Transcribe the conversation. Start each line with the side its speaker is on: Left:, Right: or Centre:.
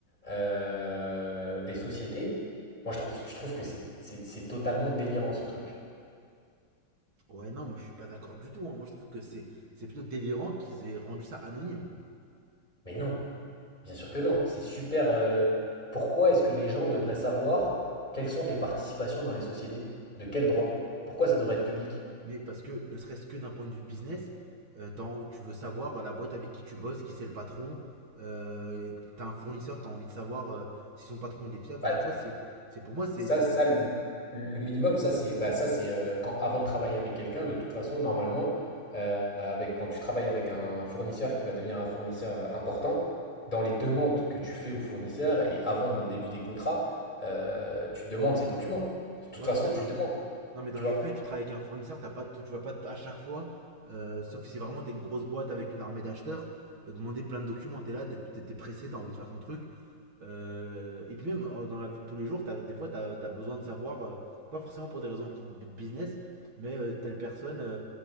Left: euh, des sociétés. Moi, je trouve je trouve que c'est c'est- c'est totalement délirant ce truc.
Right: Ouais, non, moi je suis pas d'accord du tout. hein. Moi je trouve que c'est c'est plutôt délirant qu'ils aient rendu ça anonyme.
Left: Mais non. Bien sûr que non, c'est super. euh, Pourquoi est-ce que les gens devraient savoir quelles sont tes participations dans les sociétés? De quel droit? Pourquoi ça devrait être public?
Right: Mais parce que, ne serait-ce que d'un point de vue business, euh, t'en- tu veux savoir euh, la boîte avec qui tu bosses, qui c'est le patron, euh, t'as un fournisseur, t'as envie de savoir euh, si son patron il est fiable.
Left: Bah,
Right: Enfin, tu vois, c'est c'est- pour moi, c'est.
Left: ça,
Right: c'est
Left: ça
Right: une-
Left: le, le minimum, ça c'est bah, ça c'est euh, quand avant de travailler avec quelqu'un, de toute façon, normalement, euh, avec quand tu travailles avec un fournisseur qui va devenir un fournisseur euh, important, dans les demandes que tu fais au fournisseur et avant dans le début des contrats, euh, tu demandes ces documents. De toute
Right: Ouais,
Left: façon,
Right: mais ça, c'est
Left: tu
Right: dans-
Left: demandes,
Right: Non, mais dans
Left: tu vois.
Right: les faits, tu travailles avec un fournisseur, t'as pas, tu vas pas à chaque fois, euh, sauf si vraiment t'es une grosse boîte avec une armée d'acheteurs, euh, demander plein de documents. T'es là, t'es t'es- pressé, t'as envie de faire ton truc. Euh, et puis même euh, dans la vie de tous les jours, t'as- des fois, t'as as besoin de savoir, euh, pas forcément pour des raisons pro- business, mais euh, telle personne, euh,